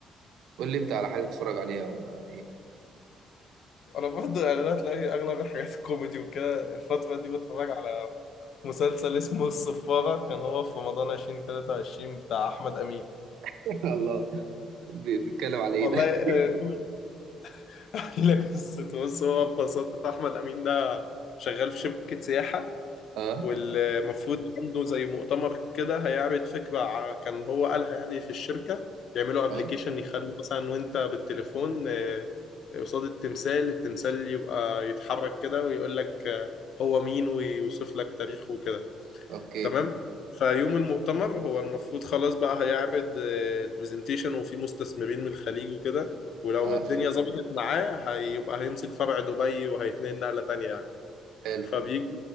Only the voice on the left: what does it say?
انا برضه يعني انا تلاقي اغلب الحاجات الكوميدي وكده الفترة دي بتفرج على مسلسل اسمه الصفارة كان هو في رمضان 2023 بتاع أحمد أمين
والله
آه،
<laughs> اقول لك قصته بص هو ببساطه احمد امين ده شغال في شركه سياحه
والمفروض عنده زي مؤتمر كده هيعرض فكره ع- كان هو قالها يعني في الشركه يعملوا ابلكيشن
يخلوا مثلا وانت بالتليفون آه، قصاد التمثال التمثال يبقى يتحرك كده ويقول لك آه، هو مين ويوصف لك تاريخه وكده
تمام فيوم المؤتمر هو المفروض خلاص بقى هيعرض برزنتيشن وفي مستثمرين من الخليج وكده ولو
الدنيا ظبطت معاه هيبقى هيمسك فرع دبي وهيتنقل نقلة تانية يعني
فبيجي